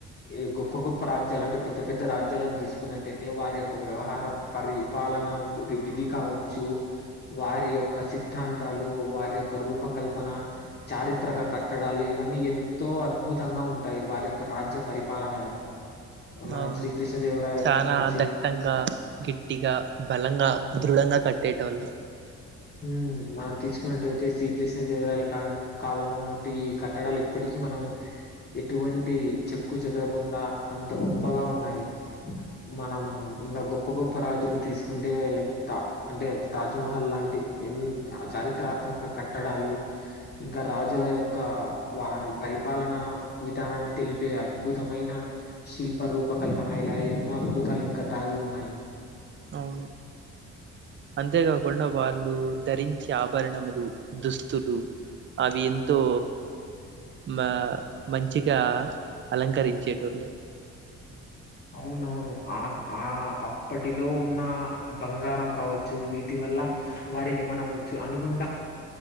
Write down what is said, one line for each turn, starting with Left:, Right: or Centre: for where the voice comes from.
Left: ఈ గొప్ప గొప్ప రాజ్యాలు అంటే, పెద్ద పెద్ద రాజ్యాలను తీసుకున్నట్టయితే వారి యొక్క వ్యవహారం. పరిపాలన విధి విధి కావచ్చు. వారి యొక్క సిద్ధాంతాలు, వారి యొక్క రూపకల్పన, చారిత్రక కట్టడాలు ఇవన్నీ ఎంతో అద్భుతంగా ఉంటాయి. వారి యొక్క రాజ్య పరిపాలనలో. మనం
Right: అవును
Left: శ్రీకృష్ణదేవరాయ
Right: చనా
Left: మనం శ్రీ
Right: దట్టంగా, గట్టిగా బల లంగా దృఢంగా కట్టేటోళ్ళు.
Left: మ్ మనం తీసుకున్నట్టయితే, శ్రీకృష్ణ దేవరాాల కాలం నాటి ఈ కట్టడాలు ఇప్పటికీ మనం ఎటువంటి చెక్కు చెదరకుండా అంత గొప్పగా ఉన్నాయి. మనం ఇంకా గొప్ప గొప్ప రాజులు తీసుకుంటే లెత అంటే తాజ్మహల్ లాంటి ఎన్ చారిత్రాత్మక కట్టడాలు, ఇంకా రాజుల యొక్క వారి పరి పరిపాలనా విధానాన్ని తెలిపే అద్భుతమైన శిల్ప రూపకల్పన ఇలా ఎన్నో అద్భూతాలు ఇంకా దాగి ఉన్నాయి.
Right: అవును. అంతేకాకుండా వాళ్ళు ధరించే ఆభరణములు, దుస్తులు అవి ఎంతో మ మంచిగా అలంకరించేటోళ్ళు.
Left: అవునవును ఆ ఆ అప్పటిలో ఉన్న బంగారం కావచ్చు వీటి వల్ల వారికి మనం అనుకుంటా